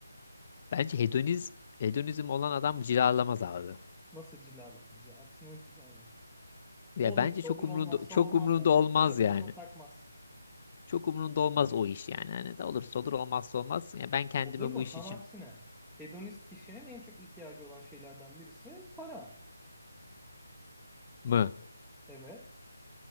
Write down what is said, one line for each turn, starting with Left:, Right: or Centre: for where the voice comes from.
Left: bence hedoniz hedonizm olan adam cilalamaz abi.
Centre: Nasıl cilalamaz ya? Aksine o cilalar.
Left: Ya
Centre: Olursa
Left: bence çok
Centre: olur olmazsa
Left: umrunda çok
Centre: olmazlar.
Left: umrunda olmaz
Centre: Çok da kafasına
Left: yani.
Centre: takmaz.
Left: Çok umurunda olmaz o iş yani. Hani de olursa olur olmazsa olmaz. Ya ben kendimi
Centre: Olur mu?
Left: bu iş
Centre: Tam
Left: için
Centre: aksine. Hedonist kişinin en çok ihtiyacı olan şeylerden birisi para.
Left: mı?
Centre: Evet.